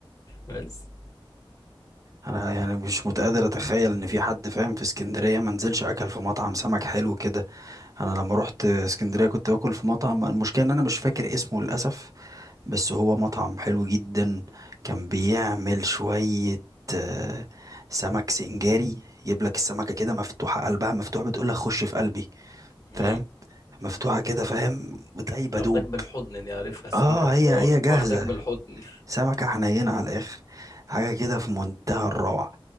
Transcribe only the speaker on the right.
انا يعني مش متقدر اتخيل ان في حد فاهم في اسكندرية ما نزلش اكل في مطعم سمك حلو كده انا لما رحت اسكندرية كنت باكل في مطعم المشكلة ان انا مش فاكر اسمه للاسف بس هو مطعم حلو جدا كان بيعمل شوية آه، سمك سنجاري يجيب لك السمكة كده مفتوحة قلبها مفتوح بتقول لك خش في قلبي
فاهم مفتوحة كده فاهم ودايبة
دوب
اه
هي
هي جاهزة
سمكة حنينة على الآخر حاجة كده في منتهى الروعة